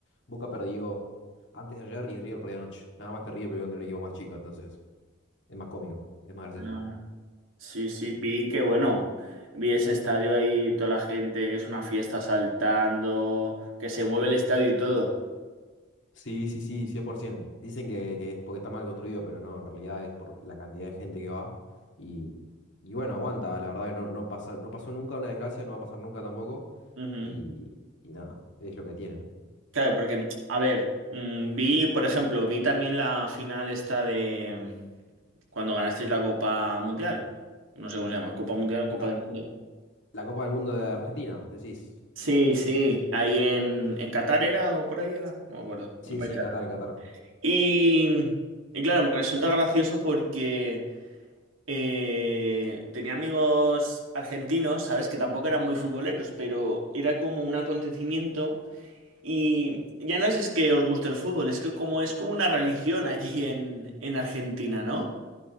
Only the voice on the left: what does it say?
Boca perdió antes de ayer y River perdió anoche. Nada más que River perdió contra un equipo más chico, entonces es más cómico, es más gracioso.
Sí, sí, sí, 100%. Dicen que, que es porque está mal construido, pero no, en realidad es por la cantidad de gente que va. Y, y bueno, aguanta, la verdad que no, no pasa, no pasó nunca una desgracia, no va a pasar nunca tampoco.
Y, y nada, es lo que tiene, ¿no?
Ah,
la Copa del Mundo de Argentina, decís.
Sí,
sí, en
Qatar, en Qatar.